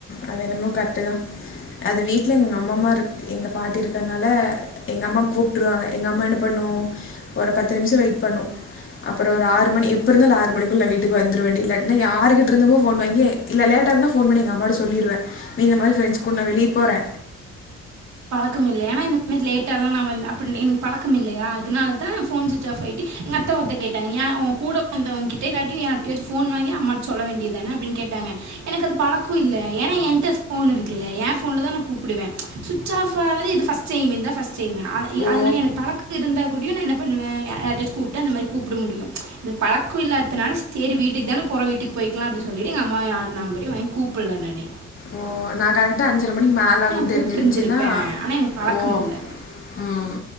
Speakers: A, on the left; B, on the right.
A: அது என்னமோ கரெக்ட்டுதா. அது வீட்ல எங்க அம்மா மார இருக் எங்க பாட்டி இருக்கறனால எங்க அம்மாக்கு கூப்ட்டுடுவாங்க. எங்க அம்மா என்ன பண்ணு ஒரு பத்து நிமிஷோ வெயிட் பண்ணு. அப்புறோ ஒரு ஆறு மணி எப்டி இருந்தாலு ஆறு மணிக்குள்ள நா வீட்டுக்கு வந்துருவேண்டி இல்லாட்டினா யாருகிட்ட இருந்தமோ ஃபோன் வாங்கி இல்ல லேட் ஆகுனா ஃபோன் பண்ணி எங்க அம்மாட்ட சொல்லிருவே. மி இந்த மாரி ஃபிரெண்ட்ஸ் கூட நா வெளிய போறே
B: க்கம் இல்ல ஏன்னா இந்த மாரி லேட்டாலா நா வந்து அப்டி எனக்கு பழக்கம் இல்லையா அதனாலதா ஃபோன் சுவிச் ஆஃப் ஆயிட்டு எங்க அத்தாவு அதா கேட்டாங்க நீ யேன் உன் கூட வந்தவங்க கிட்ட இல்லாட்டி யார்கிட்டயாச்சு ஃபோன் வாங்கி அம்மாட்ட சொல்ல வேண்டியதான அப்டின்னு கேட்டாங்க. எனக்கு அது பழக்கோ இல்ல ஏன்னா என்ட்ட ஃபோன் இருக்குல்ல ஏன் ஃபோன்லதா நா கூப்புடுவே. சுவிட்ச் ஆஃப் ஆறது இது ஃபஸ்ட் டைம் இதா ஃபஸ்ட் டைமு அத இது
A: ஓ
B: அதனால எனக்கு பழக்க இருந்தா கூடியு நா என்ன பண்ணுவ யா யார்ட்டாச்சு கூப்ட்டு அந்த மாரி கூப்பட முடியு. எனக்கு பழக்கோ இல்லாதனால சேரி வீட்டுக்குதான போறோ வீட்டுக்கு போய்க்கிலா அப்டின்னு சொல்லிட்டு எங்க அம்மா யாரு நம்பரையு வாங்கி கூப்புடல நானு
A: ஓ நா கரெக்ட்டா அஞ்சர மணிக்கி மேல ஆகுன்னு
B: கூப்பிட்டுருந்துருப்பேன்
A: தெரிஞ்சிருந்துச்சின்னா
B: ஆனால் எனக்கு பழக்கம்
A: ஓ
B: இல்லை
A: ம்